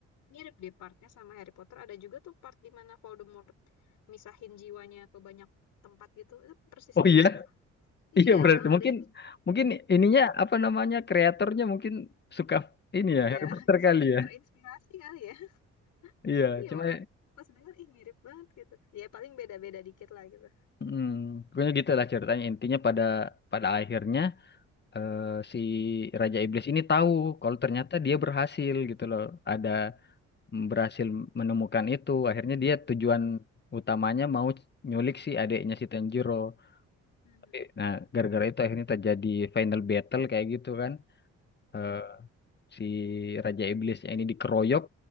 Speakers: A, on the left; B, on the left.
A: Mirip deh partnya sama Harry Potter. Ada juga tuh part di mana Voldemort misahin jiwanya ke banyak tempat gitu. Itu persis
B: oh
A: deh
B: iya,
A: tuh. <laughs>
B: iya
A: Iya,
B: berarti
A: ada
B: mungkin mungkin ininya apa namanya kreatornya mungkin suka ini
A: iya,
B: ya Harry Potter
A: saling
B: kali ya.
A: terinspirasi kali ya. <laughs>
B: Iya,
A: Iya,
B: cuma
A: makanya pas denger ih mirip banget gitu. Ya paling beda-beda dikit lah gitu.
B: hmm, pokoknya gitu lah ceritanya intinya pada pada akhirnya eh, si Raja Iblis ini tahu kalau ternyata dia berhasil gitu loh. Ada
A: Hmm,
B: berhasil menemukan itu. Akhirnya dia tujuan
A: Iya.
B: utamanya mau nyulik si adeknya si Tanjiro.
A: Hmm.
B: Tapi, Nah, gara-gara
A: <laughs>
B: itu akhirnya terjadi final battle kayak gitu kan eh,
A: Mm-mm.
B: si Raja Iblisnya ini dikeroyok,